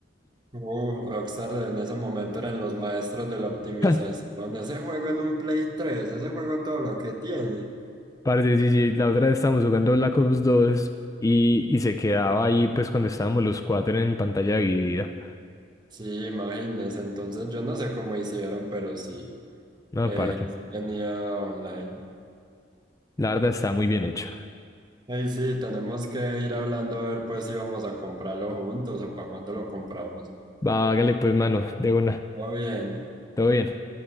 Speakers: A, on the right (about 25°); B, on the left (about 20°).
A: Uh, Rockstar en ese momento eran los maestros de la optimización.
B: <laughs>
A: Ese juego en un Play tres, ese juego todo lo que tiene.
B: Parce, sí, sí, la otra vez estábamos jugando Black Ops dos y, y se quedaba ahí, pues, cuando estábamos los cuatro en pantalla dividida.
A: Sí, imagínense. Entonces yo no sé cómo hicieron, pero sí.
B: No,
A: Eh,
B: aparte,
A: sí tenía online.
B: la verdad está muy bien hecho.
A: Ey, sí, tenemos que ir hablando a ver pues si vamos a comprarlo juntos o para cuándo lo compramos.
B: Va, hágale, pues, mano, de una.
A: Todo bien.
B: Todo bien.